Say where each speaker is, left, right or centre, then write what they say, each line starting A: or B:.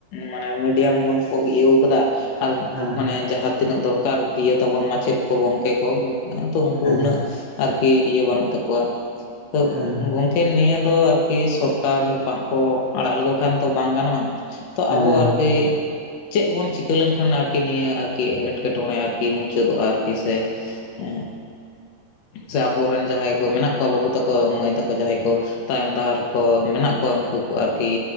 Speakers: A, on the left (about 70°); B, on the left (about 50°).
A: ᱢᱟᱱᱮ ᱢᱤᱰᱤᱭᱟᱢ ᱵᱚᱱ ᱠᱚ ᱤᱭᱟᱹᱶ ᱠᱟᱫᱟ ᱟᱨ
B: ᱦᱮᱸ
A: ᱢᱟᱱᱮ ᱡᱟᱦᱟᱸ ᱛᱤᱱᱟᱹᱜ ᱫᱚᱨᱠᱟᱨ ᱤᱭᱟᱹ ᱛᱟᱵᱚᱱ ᱢᱟᱪᱮᱫ ᱠᱚ ᱜᱚᱝᱠᱮ ᱠᱚ ᱛᱚ ᱩᱝᱠᱩ
B: ᱦᱮᱸ
A: ᱩᱱᱟᱹᱜ ᱟᱨᱠᱤ ᱤᱭᱟᱹ ᱵᱟᱹᱱᱩᱜ ᱛᱟᱠᱚᱣᱟ ᱛᱚ
B: ᱦᱮᱸ
A: ᱮᱠᱷᱮᱱ ᱱᱤᱭᱟᱹ ᱫᱚ ᱟᱨᱠᱤ ᱥᱚᱨᱠᱟᱨ ᱵᱟᱝᱠᱚ ᱟᱲᱟᱜ ᱞᱮᱠᱚ ᱠᱷᱟᱱ ᱛᱚ ᱵᱟᱝ ᱜᱟᱱᱚᱜᱼᱟ᱾ ᱛᱚ
B: ᱦᱮᱸ
A: ᱟᱵᱚ ᱟᱨᱠᱤ ᱪᱮᱫ ᱵᱚᱱ ᱪᱤᱠᱟᱹ ᱞᱮᱱᱠᱷᱟᱱ ᱟᱨᱠᱤ ᱱᱤᱭᱟᱹ ᱟᱨᱠᱤ ᱮᱸᱴᱠᱮ ᱴᱚᱬᱮ ᱟᱨᱠᱤ ᱢᱩᱪᱟᱹᱫᱚᱜᱼᱟ ᱟᱨᱠᱤ ᱥᱮ ᱦᱮ ᱥᱮ ᱟᱵᱚᱨᱮᱱ ᱡᱟᱦᱟᱸᱭ ᱠᱚ ᱢᱮᱱᱟᱜ ᱠᱚᱣᱟ ᱵᱟᱹᱵᱩ ᱛᱟᱠᱚ ᱢᱟᱹᱭ ᱛᱟᱠᱚ ᱡᱟᱦᱟᱸᱭ ᱠᱚ ᱛᱟᱭᱚᱢ ᱫᱟᱦᱟᱨ ᱠᱚ ᱢᱮᱱᱟᱜ ᱠᱚᱣᱟ ᱩᱱᱠᱩ ᱠᱚ ᱟᱨᱠᱤ